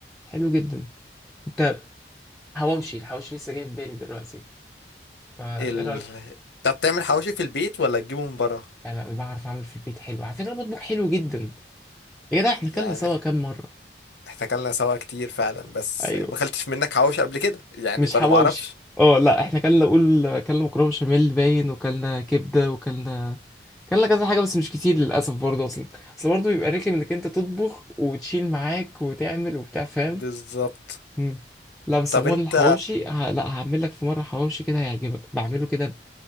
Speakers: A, in the centre; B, on the left (about 85°).
A: حلو جدا انت حواوشي الحواوشي لسه جاي في بالي دلوقتي فايه
B: ال...
A: رايك
B: طب بتعمل حواوشي في البيت ولا تجيبه من بره
A: يعني انا بعرف اعمل في البيت حلو على فكره بطبخ حلو جدا يا جدع احنا كلنا
B: يعني
A: سوا كام مره
B: احنا اكلنا سوا كتير فعلا بس
A: ايوه
B: ما اكلتش منك حواوشي قبل كده يعني
A: مش
B: فانا
A: حواوشي
B: ما اعرفش
A: اه لا احنا كلنا قول كلنا مكرونه بشاميل باين وكلنا كبده وكلنا كلنا كذا حاجه بس مش كتير للاسف برضه اصلا اصل برضه بيبقى رخم انك انت تطبخ وتشيل معاك وتعمل وبتاع فاهم
B: بالظبط
A: مم. لا بس
B: طب
A: عموما
B: انت
A: الحواوشي ه... لا هعمل لك في مره حواوشي كده هيعجبك بعمله كده ب...